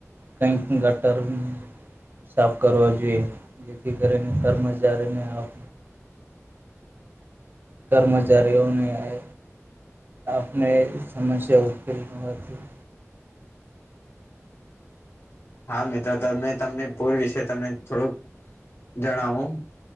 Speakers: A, on the right; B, on the left.
A: કઈક ગટર તો સાફ કરવા જોઈએ. જેથી કરીને કર્મચારીને આપ કર્મચારીઓને એ આપને સમસ્યા ઉકેલ મળવાથી
B: હા મિત્ર તે મેં તમને પૂર વિશે તમને થોડુંક જણાવું.